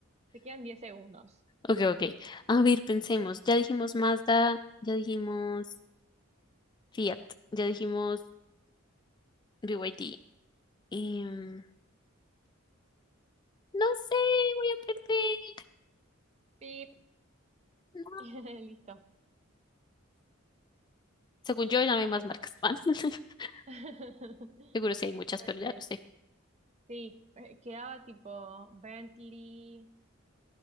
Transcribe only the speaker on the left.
Ok, ok. A ver, pensemos. Ya dijimos Mazda, ya dijimos Fiat, ya dijimos BYD. Em, no sé, voy a perder.
No.
Según yo, ya no hay más
marcas. <laughs>
Seguro sí hay muchas,
pero ya no sé.